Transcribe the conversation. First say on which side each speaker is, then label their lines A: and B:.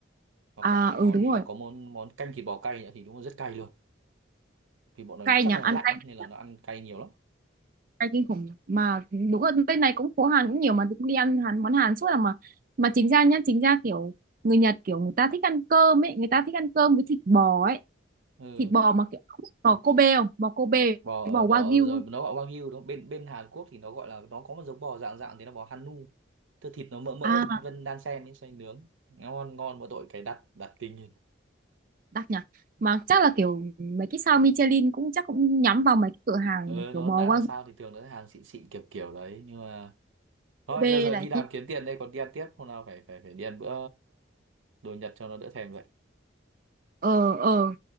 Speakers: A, on the right (about 85°); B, on the right (about 45°).
A: hoặc
B: à
A: là mấy món
B: ừ đúng
A: như là
B: rồi
A: có món món canh thịt bò cay nữa thì đúng là rất cay luôn thì bọn nó
B: cay
A: chắc
B: nhỉ
A: là nó
B: ăn
A: lạnh
B: cay
A: ấy, nên là
B: nhỉ?
A: nó ăn cay nhiều lắm
B: cay kinh khủng nhỉ? mà đúng là bên này cũng phố Hàn cũng nhiều mà cũng đi ăn Hàn món Hàn suốt là mà mà chính ra nhá chính ra kiểu người Nhật kiểu người ta thích ăn cơm ấy người ta thích ăn cơm với thịt bò ấy
A: ừ.
B: thịt bò mà kiểu không biết bò Kobe không bò Kobe
A: bò
B: bò
A: ờ, bò
B: Wagyu
A: ờ, rồi
B: không?
A: nó gọi wagyu đúng không? bên bên Hàn Quốc thì nó gọi là nó có một giống bò dạng dạng thế là bò Hanu tức thịt nó mỡ mỡ
B: à
A: vân đan sen ấy xoay nướng ngon ngon mỗi tội cái đặt đặt kinh lên
B: đắt nhỉ mà chắc là kiểu mấy cái sao Michelin cũng chắc cũng nhắm vào mấy cái cửa hàng
A: ờ
B: mà kiểu
A: nó
B: bò
A: đã
B: Wagyu
A: là sao thì thường nó sẽ hàng xịn xịn kiểu kiểu đấy nhưng mà thôi
B: Kobe
A: giờ, giờ
B: này
A: đi làm
B: kia
A: kiếm tiền đây còn đi ăn tiếp hôm nào phải phải phải đi ăn bữa đồ Nhật cho nó đỡ thèm vậy
B: ờ ờ